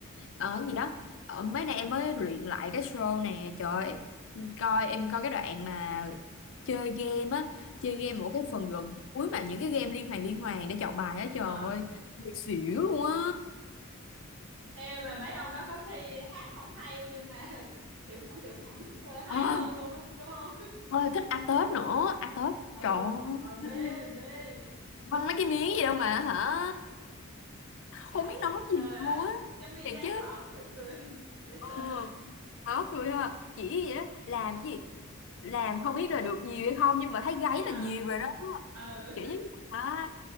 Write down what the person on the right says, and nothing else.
Ừ
ừ.
Ờ.
Ê mà mấy ông đó có thi hát không hay nhưng mà <laughs> tiểu phẩm tiểu phẩm ờ,
hay hơn luôn á, đúng không? <laughs>
Ừ.
Rồi mê
mê.
gáy
trời
ơi
cái mi
gáy
của ổng rồi cười dễ
sợ
à
ờ